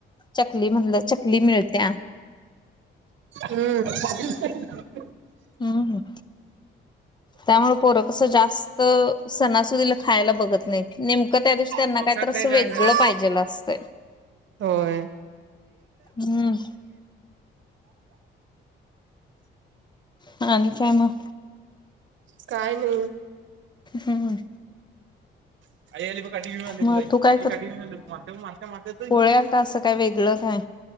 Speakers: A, on the left; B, on the right.
A: चकली म्हणलं चकली मिळत्या
B: हम्म.
A: हम्म हम्म त्यामुळे पोरं कसं जास्त सणासुदीला खायला बघत नाही नेमकं त्या दिवशी त्यांना
B: पावसात
A: काय तर असं
B: नाही जायचं.
A: वेगळ पाहिजेल असतंय.
B: होय.
A: हम्म आणि काय मग?
B: काय नाही.
A: हम्म.
B: <unintelligible>
A: मग तू काय त्या का असं काय वेगळं काय?